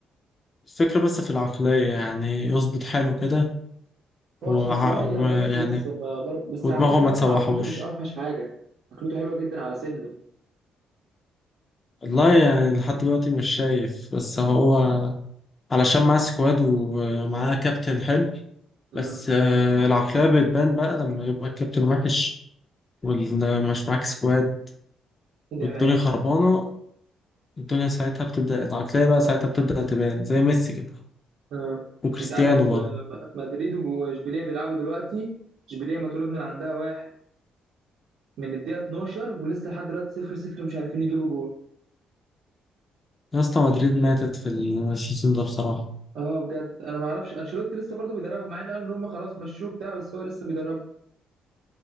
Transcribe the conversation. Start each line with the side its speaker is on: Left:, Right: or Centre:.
Left: الفكرة بس في العقلية يعني يظبط حاله كده وع-
Right: هو عشان صغير
Left: وما-
Right: بس
Left: يعني
Right: لسه فبرضه بس
Left: ودماغه
Right: على فكره
Left: ما
Right: برضه
Left: تسوحوش
Right: عقلته مش اوحش حاجه عقلته حلوه جدا على سنه
Left: والله يعني لحد دلوقتي مش شايف بس هو علشان معاه سكواد ومعاه كابتن حلو
Right: امم
Left: بس آه، العقلية بتبان بقى لما يبقى الكابتن وحش ومش معاك سكواد
Right: دي
Left: والدنيا
Right: حقيقة
Left: خربانة الدنيا ساعتها بتبدأ العقلية بقى ساعتها بتبدأ تبان زي ميسي كده
Right: آه،
Left: وكريستيانو
Right: انت عارف
Left: برضه
Right: آه، مدريد واشبيليه بيلعبوا دلوقتي اشبيليه مطرود من عندها واحد من الدقيقه 12 ولسه لحد دلوقتي 0 0 مش عارفين يجيبوا جول
Left: يا اسطى مدريد ماتت في السيزون ده بصراحة
Right: اه بجد انا ما اعرفش انشيلوتي لسه برضه بيدربهم مع ان قالوا ان هم خلاص مشوه بتاع بس هو لسه بيدربهم